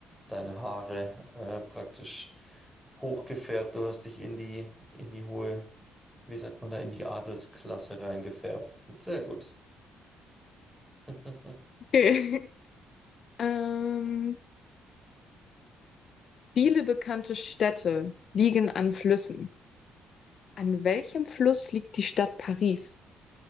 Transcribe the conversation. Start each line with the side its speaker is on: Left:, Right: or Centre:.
Centre: deine Haare äh, praktisch hochgefärbt. Du hast dich in die, in die hohe, wie sagt man da, in die Adelsklasse reingefärbt. Sehr gut. <laughs>
Left: Okay. Ähm, viele bekannte Städte liegen an Flüssen. An welchem Fluss liegt die Stadt Paris?